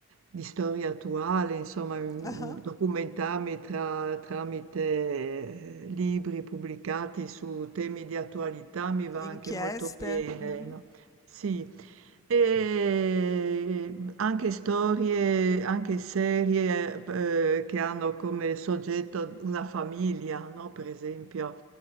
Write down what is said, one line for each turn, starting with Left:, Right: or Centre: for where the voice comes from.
Right: di storia attuale, insomma, mm,
Left: ah,
Right: documentarmi tra- tramite eh, libri pubblicati su temi di attualità mi va
Left: Inchieste,
Right: anche molto bene,
Left: mhm,
Right: no? Sì. E anche storie, anche serie eh, che hanno come soggetto una famiglia, no? Per esempio